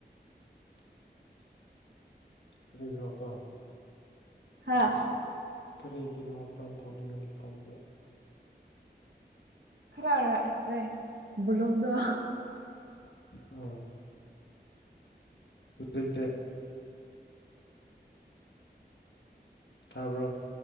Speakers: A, on the left; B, on the right.
A: <unintelligible>
B: ꯍꯥꯥ
A: ꯀꯔꯤꯒꯤꯔꯣ ꯃꯄꯥꯟ ꯊꯣꯛꯅꯤꯡꯉꯗꯤ ꯇꯟꯕ
B: ꯈꯔ ꯔꯥꯛꯔꯦ ꯕꯨꯂꯨꯝꯗꯣ
A: ꯎꯝ ꯂꯩꯇꯦ ꯇꯥꯕ꯭ꯔꯣ